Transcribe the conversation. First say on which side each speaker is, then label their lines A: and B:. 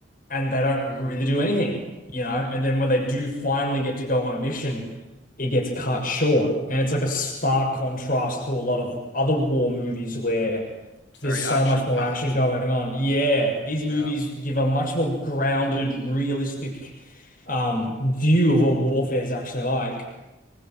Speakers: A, on the left; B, on the left.
A: and they don't really do anything, you know? And then when they do finally get to go on a mission, it gets cut short. And it's like a stark contrast to a lot of other war movies where
B: It's very
A: there's so
B: action
A: much more
B: packed.
A: action going on. Yeah, these
B: Yeah.
A: movies give a much more grounded, realistic um, view of what warfare is actually like.